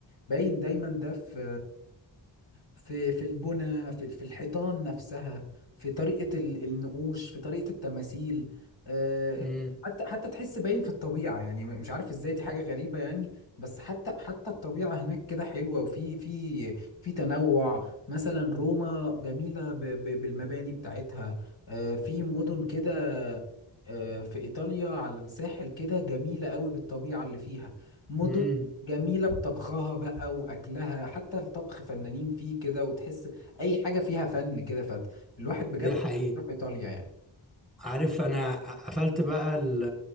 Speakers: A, on the left; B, in the centre.
A: باين دايما ده في في في البنى في في الحيطان نفسها في طريقة ال- النقوش في طريقة التماثيل آه،
B: امم
A: حتى حتى تحس باين في الطبيعة يعني م- مش عارف ازاي دي حاجة غريبة يعني بس حتى حتى الطبيعة هناك كده حلوة وفي في في تنوع مثلا روما جميلة ب- ب- بالمباني بتاعتها آه، في مدن كده آه، في إيطاليا على الساحل كده جميلة قوي بالطبيعة اللي فيها مدن
B: امم
A: جميلة بطبخها بقى وأكلها حتى الطبخ فنانين فيه كده وتحس أي حاجة فيها فن كده فالواحد بجد
B: دي حقيقة
A: يروح إيطاليا يعني
B: عارف انا قفلت بقى ال-